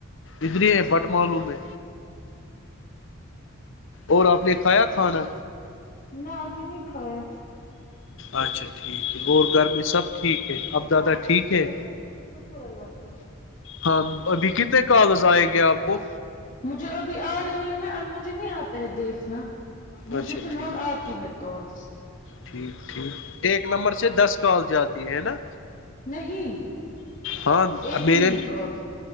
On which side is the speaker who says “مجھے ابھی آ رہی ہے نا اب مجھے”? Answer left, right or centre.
Left